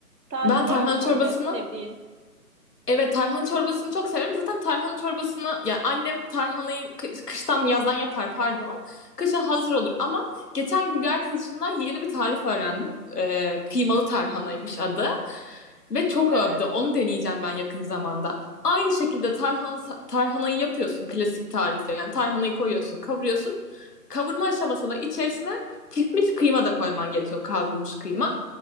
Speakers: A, on the right; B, on the left.
A: Tarifi
B: Ben tarhana
A: var mı sende
B: çorbasını
A: sevdiğin?
B: Evet tarhana çorbasını çok severim. Zaten tarhana çorbasını yani annem tarhanayı kı- kıştan yazdan yapar pardon. Kışa hazır olur ama geçen gün bir arkadaşımdan yeni bir tarif öğrendim. Ee, kıymalı tarhanaymış adı. Ve çok
A: Evet.
B: övdü. Onu deneyeceğim ben yakın zamanda. Aynı şekilde tarhan, tarhanayı yapıyorsun klasik tarifle. Yani tarhanayı koyuyorsun, kavuruyorsun. Kavurma aşamasında içerisine pişmiş kıyma da koyman gerekiyor. Kavrulmuş kıyma.